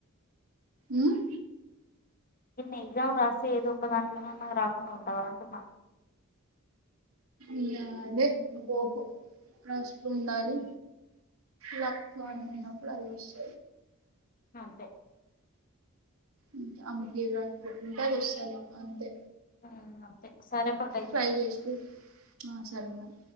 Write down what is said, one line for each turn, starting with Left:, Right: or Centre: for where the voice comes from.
Right: ఉమ్
Left: ఇన్ని ఎగ్జామ్ రాస్తే ఏదో ఒక దాంట్లనన్న రాకుండా ఉంటడా అంటున్నా
Right: ఇ అదే హోపు రాస్తు ఉండాలి
Left: ఉమ్,
Right: లక్కులో
Left: ఉమ్,
Right: అని ఉన్నప్పుడు అదే వస్తు
Left: అంతే
Right: అంతే అందుట్లో ఏది రాసి పెట్టీ ఉంటే అది వస్తది అంతే
Left: ఉమ్ అంతే సరే పటు అయితే
Right: ఫ్రై చేసుకో ఆ సరే మరి